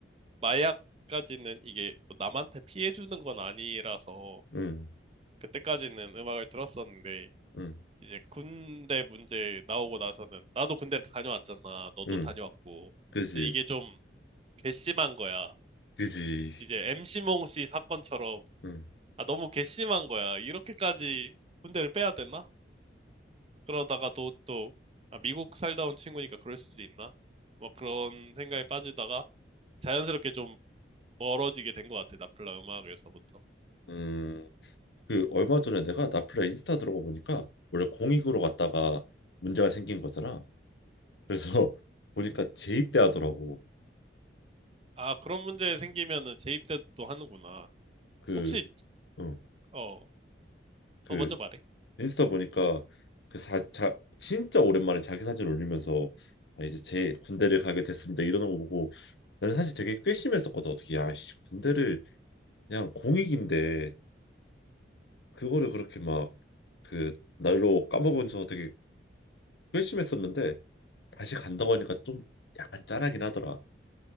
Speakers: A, on the right; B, on the left.
A: 마약까지는 이게 뭐 남한테 피해 주는 건 아니라서
B: 응,
A: 그때까지는 음악을 들었었는데
B: 응,
A: 이제 군대 문제 나오고 나서는 나도 군대를 다녀왔잖아. 너도
B: 응.
A: 다녀왔고.
B: 그지,
A: 그래서 이게 좀 괘씸한 거야.
B: 그지.
A: 이제 MC몽 씨 사건처럼
B: 응,
A: 아 너무 괘씸한 거야. 이렇게까지 군대를 빼야 되나? 그러다가 또 또 아, 미국 살다 온 친구니까 그럴 수도 있나? 막 그런 생각에 빠지다가 자연스럽게 좀 멀어지게 된 것 같아. 나플라 음악에서부터.
B: 응. 그 얼마 전에 내가 나플라 인스타 들어가 보니까 원래 공익으로 갔다가 문제가 생긴 거잖아. 그래서 <laughs> 보니까 재입대하더라고.
A: 아 그런 문제 생기면은 재입대도 하는구나.
B: 그,
A: 혹시
B: 어,
A: 어,
B: 그
A: 어 먼저 말해.
B: 인스타 보니까 그 사, 자, 진짜 오랜만에 자기 사진 올리면서 아, 이제 제 군대를 가게 됐습니다 이러는 거 보고 나는 사실 되게 괘씸했었거든 어떻게 야씨 군대를 그냥 공익인데 그거를 그렇게 막 그 날로 까먹으면서 되게 괘씸했었는데 다시 간다고 하니까 좀 약간 짠하긴 하더라